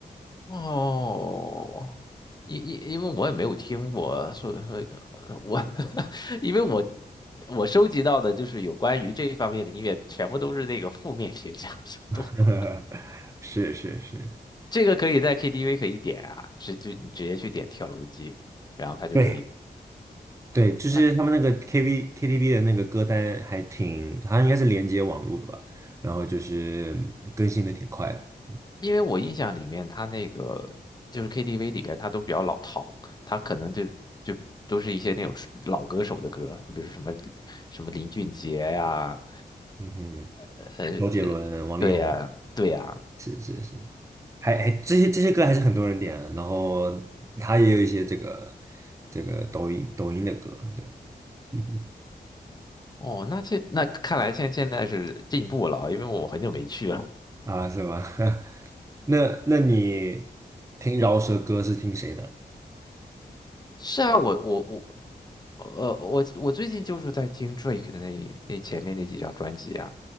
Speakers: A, on the left; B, on the right.
A: 哦，因因因为我也没有听过，所以所以呃我 <laughs> 因为我我收集到的就是有关于这一方面的音乐，全部都是那个负面评价比较多。
B: <laughs> 是是是，
A: 这个可以在 KTV 可以点啊，直就你直接去点跳楼机，然后它就可以。
B: 对对，就是他们那个
A: 啊
B: KV KTV 的那个歌单还挺，好像应该是连接网络的吧，然后就是更新的挺快的。
A: 因为我印象里面，它那个就是 KTV 里边，它都比较老套，它可能就就都是一些那种老歌手的歌，比如说什么什么林俊杰呀、
B: 嗯哼。
A: 呃呃，
B: 周杰伦、王力宏，
A: 对呀，对呀，
B: 是是是，还还这些这些歌还是很多人点啊然后他也有一些这个这个抖音抖音的歌，对，<laughs> 嗯
A: 哦，那现那看来现现在是进步了啊，因为我很久没去了。
B: 啊是吗？<laughs> 那那你听饶舌歌是听谁的？
A: <laughs> 是啊，我我我呃我我最近就是在听 Drake 的那那前面那几张专辑啊，